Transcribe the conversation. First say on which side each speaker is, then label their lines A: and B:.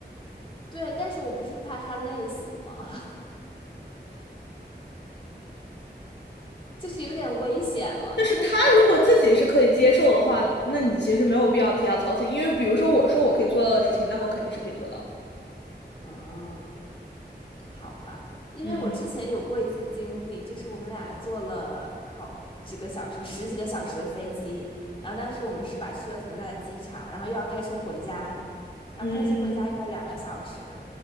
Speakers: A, on the left; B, on the left.
A: 对，但是我不是怕他累死吗？就是有点危险了，
B: 就是他如果自己是可以接受的话，
A: 因为他，
B: 那你其实没有必要替他操心，因为比如说我说我可以做到的事情，那我肯定是可以做到的。
A: 嗯，好吧，因为我之前有过一次经历，
B: 嗯
A: 就是我们俩坐了好几个小时，十几个小时的飞机，然后当时我们是把车停在了机场，然后又要开车回家，然后开车回家又要两个小时，
B: 嗯